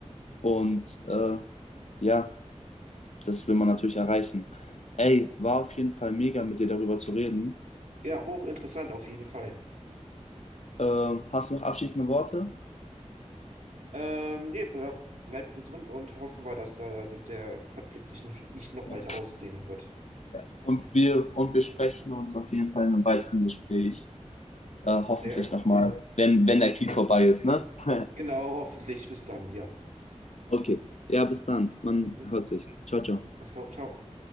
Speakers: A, on the left (about 65°); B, on the right (about 90°).
A: Und äh, ja, das will man natürlich erreichen. Ey, war auf jeden Fall mega, mit dir darüber zu reden.
B: ja, hochinteressant auf jeden Fall.
A: Ähm, hast du noch abschließende Worte?
B: Ähm, nee, bleib, bleib gesund und hoffen wir, dass da, dass der Konflikt sich nicht nicht noch
A: Ja,
B: weiter ausdehnen wird.
A: ja. Und wir, und wir sprechen uns auf jeden Fall in einem weiteren Gespräch, äh, hoffentlich
B: Der,
A: nochmal, wenn, wenn der
B: ja.
A: Krieg vorbei ist, ne? <laughs>
B: Genau, hoffentlich. Bis dann, ja.
A: Okay. Ja, bis dann. Man
B: Hm?
A: hört sich. Ciao, ciao.
B: Alles klar, ciao.